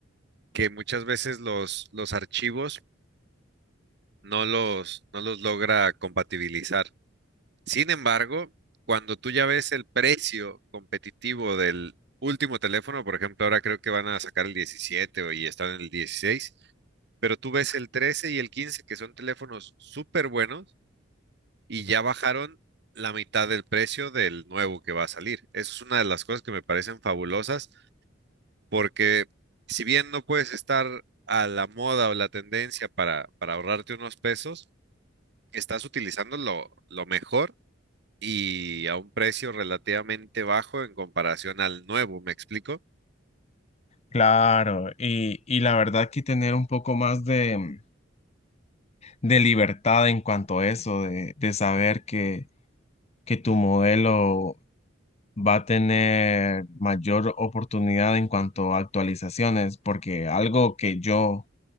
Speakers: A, on the right (about 55°); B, on the left (about 30°).
A: que muchas veces los, los archivos no los, no los logra compatibilizar. Sin embargo, cuando tú ya ves el precio competitivo del último teléfono, por ejemplo, ahora creo que van a sacar el 17 o- y están en el 16, pero tú ves el 13 y el 15, que son teléfonos súper buenos, y ya bajaron la mitad del precio del nuevo que va a salir. Eso es una de las cosas que me parecen fabulosas, porque si bien no puedes estar a la moda o la tendencia para, para ahorrarte unos pesos, estás utilizando lo, lo mejor y a un precio relativamente bajo en comparación al nuevo, ¿me explico?
B: Claro, y, y la verdad que tener un poco más de, de libertad en cuanto a eso, de, de saber que, que tu modelo va a tener mayor oportunidad en cuanto a actualizaciones, porque algo que yo